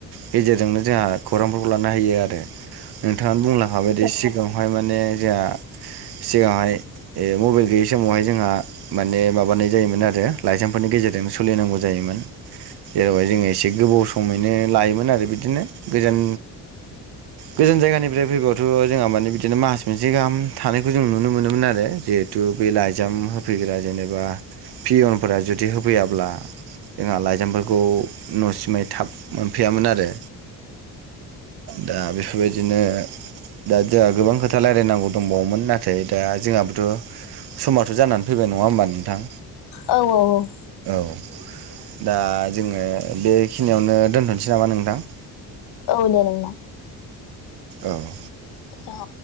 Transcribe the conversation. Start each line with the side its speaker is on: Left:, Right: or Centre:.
Right: गेजेरजोंनो जोंहा खौरांफोरखौ लानो हायो आरो नोंथाङा बुंलांखाबायदि सिगाङाव बेवहाय माने जोहा सिगाङावहाय ओ मबाइल गैयै समावहाय जोंहा माने माबानाय जायोमोन आरो लाइजामफोरनि गे गेजेरजोंनो सोलिनांगौ जायोमोन। जेरावहाय जोङो एसे गोबाव समैनो लायोमोन आरो बिदिनो गोजान गोजान जायगानिफ्राय फैबाबोथ' जोंहा माने बिदि नो मास मोनसे गाहाम थानायखौ जों नुनो मोनोमोन आरो जिहेथु बे लाइजाम होफैग्रा जेनेबा पियनफोरा जुदि होफैयाब्ला जोंहा लाइजामफोरखौ न'सिमै थाब मोनफैयामोन आरो। दा बेफोरबायदिनो दा जोंहा गोबां खोथा रायलायनांगौ दंबावोमोन नाथाय दा जोंहाबोथ' समाथ' जानानै फैबाय नङा होमबा नोंथां?
Left: औ औ औ।
Right: औ दा जोङो बेखिनियावनो दोनथ'नोसै नामा नोंथां?
Left: औ दे <unintelligible>
Right: औ दे
Left: औ